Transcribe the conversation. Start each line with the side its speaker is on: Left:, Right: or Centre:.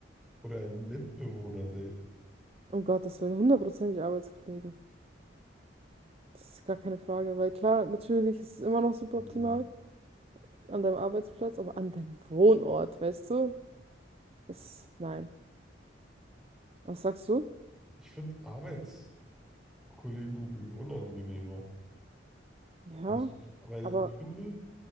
Centre: oder einen Mitbewohner daten?
Right: Oh Gott, das wären hundertprozentig Arbeitskollegen. Das ist gar keine Frage, weil klar, natürlich ist es immer noch super
Centre: Hm.
Right: optimal. an deinem Arbeitsplatz, aber an deinem Wohnort, weißt du? Das, nein. Was sagst du?
Centre: Ich finde Arbeitskollegen irgendwie unangenehmer.
Right: Ja,
Centre: Wenn ich, weil
Right: aber
Centre: ich finde,